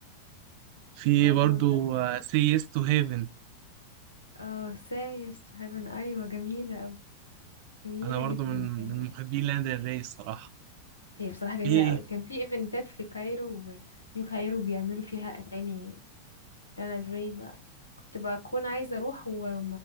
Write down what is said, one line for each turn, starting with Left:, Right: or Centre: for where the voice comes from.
Right: في
Left: عارف
Right: برضو
Left: دوين تايم
Right: uh, Say Yes to Heaven
Left: اه سايس تو هيفن ايوه جميله أوي جميله
Right: أنا برضو
Left: جدا
Right: من
Left: سايس
Right: من محبين
Left: to Heaven.
Right: لانا ديل ري الصراحة
Left: هي بصراحه جميله
Right: إيه
Left: أوي كان في ايفنتات في كايرو نيو كايرو بيعملوا فيها اغاني لانا دري بقى كنت بكون عايزه اروح وما